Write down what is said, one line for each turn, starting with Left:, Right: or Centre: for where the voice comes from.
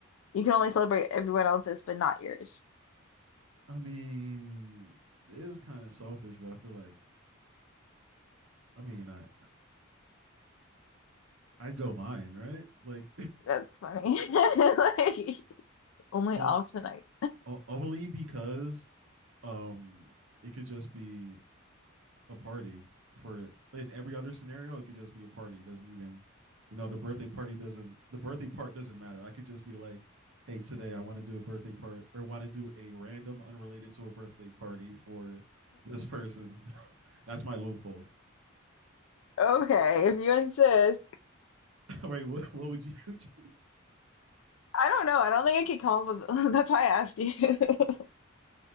Left: you can only celebrate everyone else's but not yours.
Right: I mean, it is kind of selfish, but I feel like, I mean, I. I'd go mine, right? Like,
Left: That's funny. <laughs> Like only
Right: o-
Left: off tonight.
Right: <laughs> only because um it could just be a party for in every other scenario it could just be a party It doesn't even you know the birthday party doesn't the birthday part doesn't matter i could just be like hey today i want to do a birthday part or want to do a random unrelated to a birthday party for this person <laughs> that's my loophole
Left: Okay, if you insist.
Right: <laughs> right? what, what would you <laughs> do
Left: I don't know. I don't think I could come up with <laughs> that's why I asked you. <laughs>